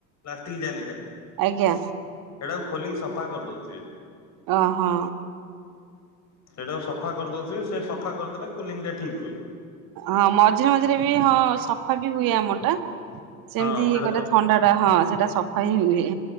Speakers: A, on the left; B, on the right.
A: ପ୍ଲାଷ୍ଟିକ୍ ଜାଲିଟା ସେଟାକୁ
B: ଆଜ୍ଞା
A: ଖୋଲିକି ସଫା କରିଦଉଥିବେ।
B: ଓ ହଁ।
A: ସେଇଟାକୁ ସଫା କରିଦଉଥିବ, ସେ ସଫା କରିଦେନେ କୁଲିଂ ଟା ଠିକ ହୁଏ।
B: ହଁ ମଝିରେ ମଝିରେ ବି ହଁ ସଫା ବି ହୁଏ ଆମ ଟା ସେମିତି
A: ହଁ ସେଇଟା
B: ଇଏ ଗୋଟେ
A: ସ
B: ଥଣ୍ଡା ଟା ହଁ ସେଟା ସଫା ହିଁ ହୁଏ।